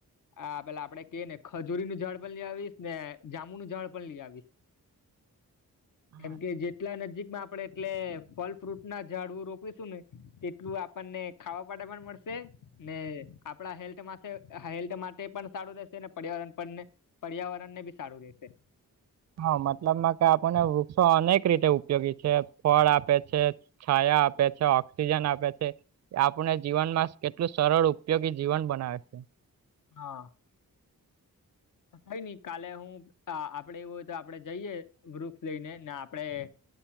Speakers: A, on the left (about 60°); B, on the right (about 50°).
A: આ પેલા આપણે કે ને ખજૂરીનું ઝાડ પણ લઈ આવીશ ને જાંબુનું ઝાડ પણ લઈ આવીશ.
B: હા
A: કેમ કે જેટલા
B: એ
A: નજીકમાં આપણેે એટલે ફલ ફ્રૂટના ઝાડવું રોપીશું ને એટલું આપણને ખાવા માટે પણ મળશે. ને આપણા હેલ્થ માટે હેલ્થ માટે પણ સારું રહેશેને, પર્યાવરણ માટે પણને પર્યાવરણને બી સારું રહેેશે.
B: હા મતલબમાં કે આપણને વૃક્ષો અનેક રીતે ઉપયોગી છે, ફળ આપે છે. છાયા આપે છે, ઓક્સિજન આપે છે. આપણે જીવનમાં કેટલું સરળ ઉપયોગી જીવન બનાવે છે.
A: હા. કાય નઈ કાલે હું હા આપણે એવું હોય તો આપણે જઈએ વૃક્ષ લઈને, ને આપણે